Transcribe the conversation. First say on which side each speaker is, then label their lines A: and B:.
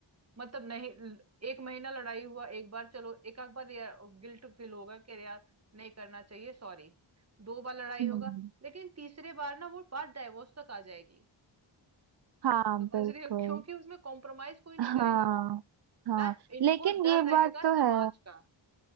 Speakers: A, on the right; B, on the right.
A: मतलब नहीं एक महीना लड़ाई हुआ एक बार चलो एक आध बार गिल्ट फील होगा कि अरे यार नहीं करना चाहिए सॉरी दो बार लड़ाई
B: हम्म,
A: होगा लेकिन तीसरे बार ना वो बात डाइवोर्स तक आ जाएगी
B: हाँ
A: समझ
B: बिल्कुल
A: रहे हो क्योंकि उसमें कॉम्प्रोमाइज कोई नहीं
B: हाँ
A: करेगा
B: हाँ
A: ना इनको
B: लेकिन
A: डर
B: ये
A: रहेगा
B: बात तो
A: समाज
B: है
A: का